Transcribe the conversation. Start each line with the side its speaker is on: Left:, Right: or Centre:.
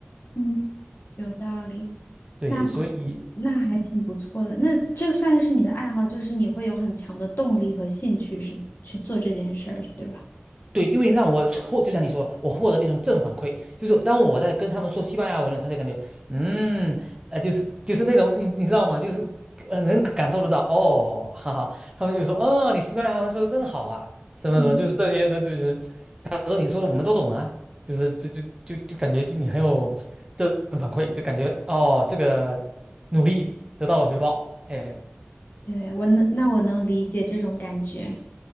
Left: 嗯，有道理。
Right: 对，
Left: 那还
Right: 所以
Left: 那还挺不错的。那这算是你的爱好，就是你会有很强的动力和兴趣是去做这件事儿，对吧？
Right: 对，因为让我获，就像你说，我获得了一种正反馈，就是当我在跟他们说西班牙文的时候，他就感觉，嗯，呃，就是就是那种，你你知道吗？就是呃，能感受得到，哦，哈哈，他们就说，哦，你西班牙文说的真好啊，什么什么，
Left: 嗯
Right: 就是这些，这就是，他说你说的我们都懂啊，就是就就就就感觉就你很有正反馈，就感觉哦，这个努力得到了回报，哎，
Left: 对，我能，那我能理解这种感觉。